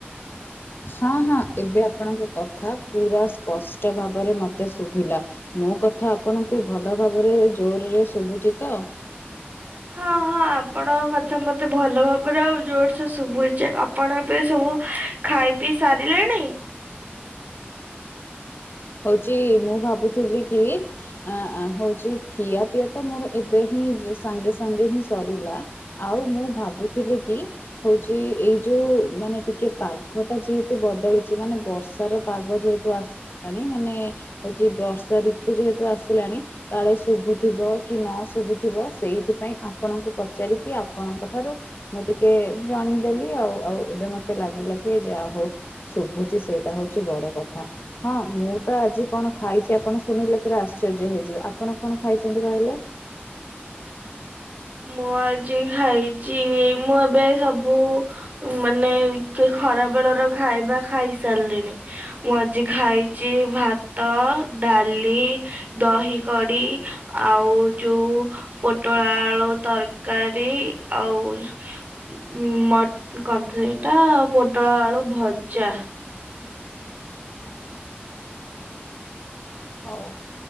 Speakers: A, on the left (about 60°); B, on the right (about 40°).
A: ହଁ ହଁ ଏବେ ଆପଣଙ୍କ କଥା ପୁରା ସ୍ପଷ୍ଟ ଭାବରେ ମୋତେ ଶୁଭିଲା ମୋ କଥା ଆପଣଙ୍କୁ ଭଲ ଭାବରେ ଜୋରରେ ଶୁଭୁଛି ତ
B: ହଁ ହଁ ହଁ ଆପଣଙ୍କ କଥା ମତେ ଭଲ ଭାବରେ ଆଉ ଜୋରସେ ଶୁଭୁଛ ଆପଣ ଏବେ ସବୁ ଖାଇ ପିଇ ସାରିଲେଣି।
A: ହଉଛି ମୁଁ ଭାବୁଥିଲି କି ଆ ହଉଛି ଖିଆ ପିଆ ତ ମୋର ଏବେ ହିଁ ସାଙ୍ଗେ ସାଙ୍ଗେ ହିଁ ସରିଲା ଆଉ ମୁଁ ଭାବୁଥିଲି କି ହଉଛି ଏଇ ଯୋଉ ମାନେ ଟିକେ ପାଗ ଟା ଯେହେତୁ ବଦଳିଛି ମାନେ ବର୍ଷାର ପାଗ ଯେହେତୁ ଆସିଲାଣି ମାନେ ହଉଛି ବର୍ଷା ଋତୁ ଯେହେତୁ ଆସିଲାଣି କାଳେ ଶୁଭୁଥିବ କି ନ ଶୁଭୁଥିବ ସେଇଥିପାଇଁ ଆପଣଙ୍କୁ ପଚାରିକି ଆପଣଙ୍କ ଠାରୁ ମୁଁ ଟିକେ ଜାଣିଇଦେଲି ଆଉ ଆଉ ଏବେ ମତେ ଲାଗିଲା କି ଯେ ଆହୋ ଶୁଭୁଛି ସେଇଟା ହଉଛି ବଡ କଥା ହଁ ମୁଁ ତ ଆଜି କଣ ଖାଇଛି ଆପଣ ଶୁଣିଲେ ପୁରା ଆଶ୍ଚର୍ଯ୍ୟ ହେଇଯିବେ ଆପଣ କଣ ଖାଇଛନ୍ତି କହିଲେ?
B: ମୁଁ ଆଜି ଖାଇଛି ମୁଁ ଏବେ ସବୁ ମାନେ କିଏ ଖରା ବେଳର ଖାଇବା ଖାଇସାରିଲିଣି ମୁଁ ଆଜି ଖାଇଛି ଭାତ ଡାଲି ଦହି କଡି ଆଉ ଯୋଉ ପୋଟଳ ଆଳୁ ତରକାରୀ ଆଉ ଶୁ ଉ ମ କନ୍ତି ସେଇଟା ପୋଟଳ ଆଳୁ ଭଜା
A: ହଉ